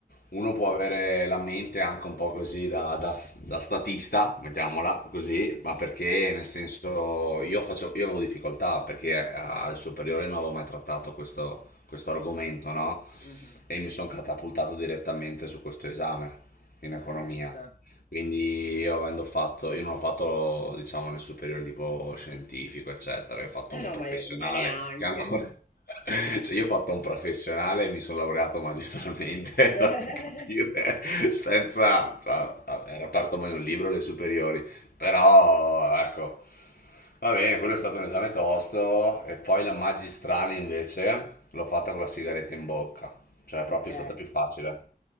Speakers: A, on the left; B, on the left.
A: uno può avere la mente anche un po' così da, da- da statista, mettiamola così, ma perché nel senso io faccio, io avevo difficoltà perché alle superiori non avevo mai trattato questo, questo argomento, no?
B: Mhm,
A: E mi sono catapultato direttamente su questo esame in economia.
B: certo.
A: Quindi io avendo fatto, io non ho fatto diciamo nel superiore tipo scientifico eccetera, io ho fatto
B: No,
A: un
B: no,
A: professionale
B: ma io, io neanche.
A: che ancora, <laughs> cioè io ho fatto un professionale e mi sono laureato magistralmente,
B: <laughs>
A: <laughs> fate capire, senza, ah, ah, era aperto mai un libro alle superiori, però ecco, va bene, quello è stato un esame tosto e poi la magistrale invece l'ho fatta con la sigaretta in bocca, cioè
B: Ok.
A: proprio è stata più facile.